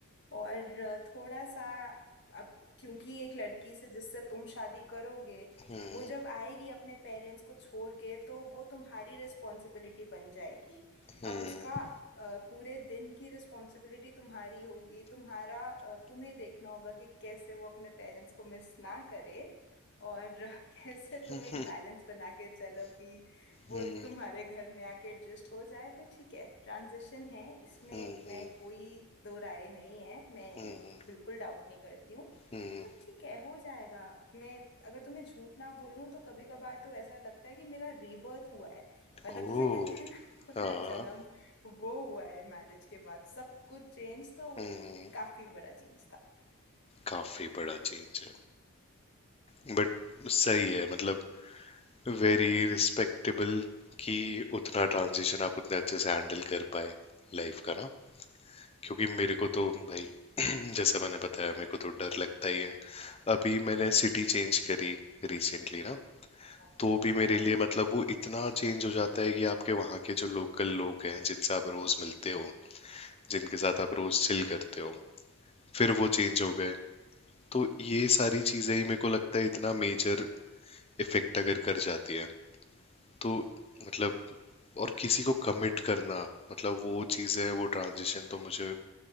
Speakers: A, on the left; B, on the left.
A: और थोड़ा सा अब क्योंकि एक लड़की से जिससे तुम शादी करोगे
B: हम्म
A: वो जब आएगी अपने पेरेंट्स को छोड़ के तो वो तुम्हारी रिस्पॉन्सिबिलिटी बन जाएगी
B: हम्म
A: अब उसका अ, पूरे दिन की रिस्पॉन्सिबिलिटी तुम्हारी होगी तुम्हारा अ, तुम्हें देखना होगा कि कैसे वो अपने पेरेंट्स को मिस ना करे और <laughs> कैसे तुम
B: <laughs>
A: एक बैलेंस बना के चलो कि वो
B: हम्म
A: तुम्हारे घर में आके एडजस्ट हो जाए तो ठीक है ट्रांजिशन है इसमें
B: हम्म
A: मैं कोई दो राय नहीं है मैं
B: हम्म
A: बिल्कुल डाउट नहीं करती हूँ
B: हम्म
A: पर ठीक है हो जाएगा मैं अगर तुम्हें झूठ ना बोलूं तो कभी कभार तो ऐसा लगता है कि मेरा रीबर्थ हुआ है मतलब
B: ओह
A: जिसे कहते हैं ना पुनर्जन्म
B: हाँ
A: वो हुआ है मैरिज के बाद सब कुछ चेंज तो
B: हम्म
A: काफी बड़ा चेंज था
B: काफी बड़ा चेंज है बट सही है मतलब वेरी रिस्पेक्टेबल कि उतना ट्रांजिशन आप उतने अच्छे से हैंडल कर पाए लाइफ का ना क्योंकि मेरे को तो भाई <clears throat> जैसा मैंने बताया मेरे को तो डर लगता ही है अभी मैंने सिटी चेंज करी रिसेंटली ना
A: हाँ
B: तो भी मेरे
A: हाँ
B: लिए मतलब वो इतना चेंज हो जाता है कि आपके वहाँ के जो लोकल लोग हैं जिनसे आप रोज मिलते हो जिनके साथ आप रोज चिल करते हो फिर वो चेंज हो गए तो ये सारी चीजें ही मेरे को लगता है इतना मेजर इफेक्ट अगर कर जाती है तो मतलब और किसी को कमिट करना मतलब वो चीज़ें वो ट्रांजिशन तो मुझे